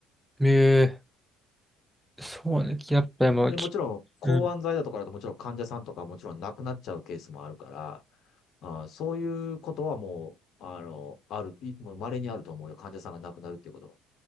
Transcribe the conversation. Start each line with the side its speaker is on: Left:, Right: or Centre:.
Centre: えーそうね。やっぱりもう
Left: で、もちろん、抗がん剤だとかだともちろん患者さんとかもちろん亡くなっちゃうケースもあるから、
Centre: うん
Left: あー、そういうことはもう、あの、ある、いもう稀にあると思うよ。患者さんが亡くなるっていうこと。